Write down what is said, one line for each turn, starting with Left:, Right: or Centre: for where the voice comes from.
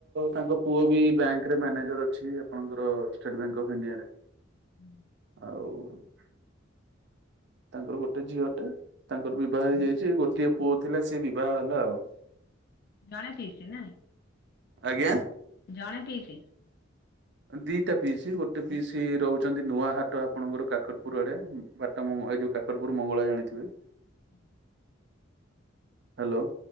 Right: ତାଙ୍କ ପୁଅ ବି ବ୍ୟାଙ୍କ୍ ରେ ମ୍ୟାନେଜର ଅଛି ଆପଣଙ୍କର ଷ୍ଟେଟ୍ ବ୍ୟାଙ୍କ ଅଫ୍ ଇଣ୍ଡିଆରେ।
Left: ହୁଁ।
Right: ଆଉ ତାଙ୍କର ଗୋଟେ ଝିଅଟେ ତାଙ୍କର ବିଭା ହେଇଯାଇଚି ଏଇ ଗୋଟିଏ ପୁଅ ଥିଲା ସିଏ ବିବାହ ହେଲା ଆଉ।
Left: ଜଣେ ପିଇସି ନାଇଁ।
Right: ଆଜ୍ଞା।
Left: ଜଣେ ପିଇସି।
Right: ଦିଟା ପିଇସି ଗୋଟେ ପିଇସି ରହୁଚନ୍ତି ନୂଆହାଟ ଆପଣଙ୍କର କାକଟପୁର ଆଡେ। ବାଟ ମଙ୍ଗ ଏଇ ଯୋଉ କାକଟପୁର ମଙ୍ଗଳା ଜାଣିଥିବେ।
Left: <inaudible>
Right: ହାଲୋ।